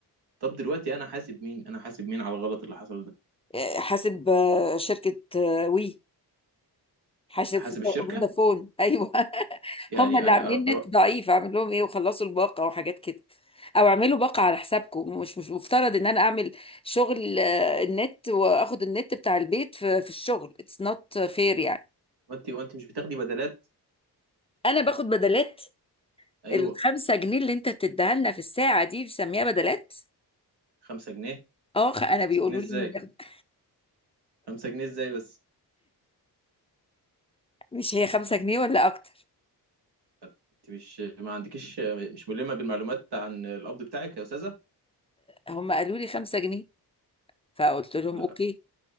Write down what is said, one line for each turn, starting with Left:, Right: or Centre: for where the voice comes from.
Right: طب دلوقتي انا حاسب مين انا حاسب مين على الغلط اللي حصل ده
Left: آه، حاسب آه، شركه آه، وي حاسب
Right: يعني حاسب الشركة
Left: فودافون ايوه <laughs>
Right: يعني
Left: هم
Right: يعني
Left: اللي عاملين
Right: أرو... أرو...
Left: نت ضعيف اعمل لهم ايه وخلصوا الباقه وحاجات كده او اعملوا باقه على حسابكم مش مش مفترض ان انا اعمل شغل آه، النت واخد النت بتاع البيت في في الشغل اتس نوت فير يعني
Right: وانت وانت مش بتاخدي بدلات
Left: انا باخد بدلات
Right: ايوه
Left: الخمسة جنيه اللي انت بتديها لنا في الساعه دي بسميها بدلات
Right: 5 جنيه
Left: اه خ- انا بيقولوا
Right: 5 جنيه ازاي
Left: لي انه بياخد
Right: 5 جنيه ازاي بس
Left: مش هي خمسة جنيه ولا اكتر
Right: انت مش ما عندكيش مش ملمة بالمعلومات عن القبض بتاعك يا استاذة
Left: هم قالوا لي 5 جنيه فقلت لهم
Right: لا
Left: اوكي